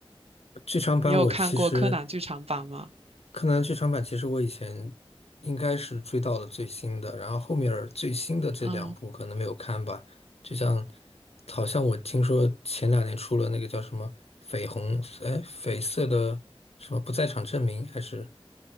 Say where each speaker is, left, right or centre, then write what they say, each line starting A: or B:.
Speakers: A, on the left; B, on the right.
A: 剧场版我其实
B: 你有看过柯南剧场版吗？
A: 柯南剧场版其实我以前应该是追到了最新的，然后后面儿最新的这两部可能没有看吧。
B: 嗯
A: 就像，好像我听说前两年出了那个叫什么绯红，哎，绯色的什么不在场证明，还是